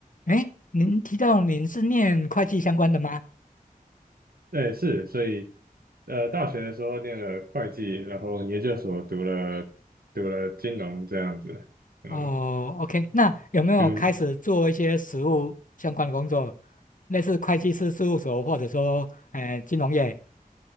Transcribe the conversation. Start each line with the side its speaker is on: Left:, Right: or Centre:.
Left: 哎，您提到您是念会计相关的吗？
Right: 对，是，所以，呃，大学的时候念了会计，然后研究所读了读了金融这样子，呃，
Left: 哦，OK，那有没有开始做一些实务相关的工作，
Right: 就
Left: 类似会计师事务所或者说呃金融业？